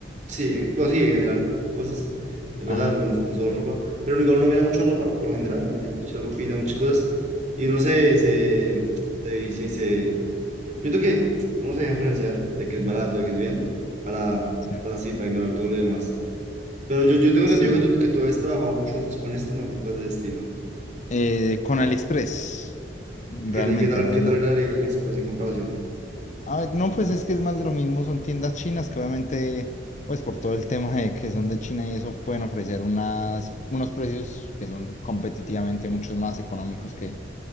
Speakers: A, on the right; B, on the left.
A: Sí, bueno, sí, en general, cosas. De verdad,
B: Ajá,
A: no, no, no solo ropa. Pero igual uno mira mucho ropa, ¿no? Por lo general, uno mira mucha ropita, muchas cosas. Y uno se, se, se dice, se... Yo creo que uno se deja influenciar de que es barato, de que es bien, para,
B: Sí.
A: para así, para ignorar todo lo demás. Pero yo, yo tengo
B: sí.
A: entendido que tú, que tú habías trabajado mucho antes con esto, ¿no? Cosas de estilo.
B: Eh, con AliExpress, realmente,
A: ¿Y qué, tal- qué tal,
B: no,
A: qué tal
B: no.
A: era Ale- AliExpress en comparación?
B: A ver, no, pues es que es más de lo mismo, son tiendas chinas que obviamente, pues por todo el tema de que son de China y eso, pueden ofrecer unas, unos precios que son competitivamente mucho más económicos que,